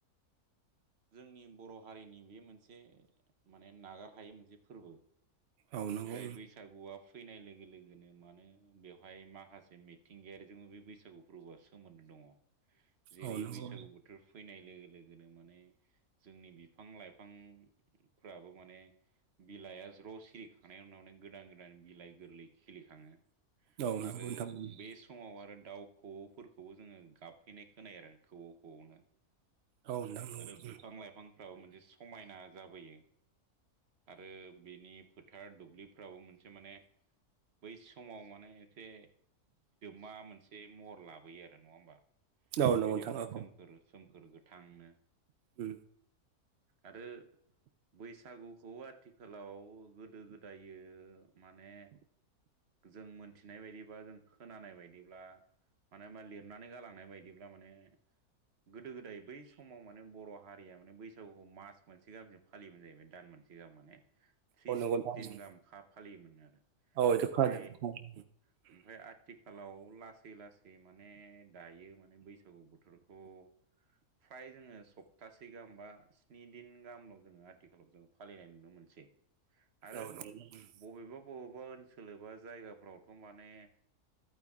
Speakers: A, on the right; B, on the right.
A: जोंनि बर' हारिनि बे मोनसे माने नागार हायै मोनसे फोरबो
B: औ नंगौ
A: जाय बैसागुआ फैनाय लोगो लोगोनो मानो बेवहाय माखासे मिथिंगायारि जोंङो बे बैसागु फोरबोआ सोमोन्दो दङ जेरै
B: औ नंगौ
A: बैसागु बोथोर फैनाय लोगो लोगोनो मान जोंनि बिफां - लाइफांफ्राबो मान बिलाइ ज' सलिखांनायनि उनावनो गोदान गोदान बिलाइ गोरलै खिलिखाङो
B: औ नंगौ
A: आरो
B: नोंथां औ
A: बे द आरो दाउ खौवौफोरखौबो जोंङो गाबफैनाय खोनायो आरो खौऔ खौऔ
B: नोंथां नंगौ
A: आरो बिफां - लाइफांफ्राबो मोनसे समायना जाबोयो आरो बेनि फोथार दुब्लिफ्राबो मोनसे माने बै समाव माने एसे मा मोनसे महर लाबोयो आरो नंङा होमबा
B: औ नंगौ
A: बायदि
B: नोंथां
A: माने सोमखोर सोमखोर गोथांनो।
B: औ
A: आरो। बैसागुखौ आथिखालाव गोदो गोदायो माने। जों मोनथिनाय बायदिबा जों। खोनानाय बायदिब्ला माने लिरनानै गालांनाय बायदिब्ला माने। गोदो गोदाय बै समाव माने बर'। हारिया माने बैसागुखौ मास मोनसे गाहामसिम फालियोमोन जाहैबाय दान मोनसे गाहाम माने। थ्रिस
B: औ नंगौ नोंथां
A: दिन
B: उम
A: गाहामखा फालियोमोन आरो।
B: औ बेखौ
A: ओमफाय
B: खोनादों नोंथां
A: ओमफाय आर--। आथिखालाव लासै लासै माने दायो माने बैसागु बोथोरखौ। फ्राय जोङो सप्तासे गाहाम बा स्नि दिन गाहामाव जोङो आथिखालाव जोङो फालिनाय नुनो मोनसै। आरो
B: औ नंगौ नोंथां
A: बबेबा बबेबा ओनसोल एबा जायगाफोरावथ' माने।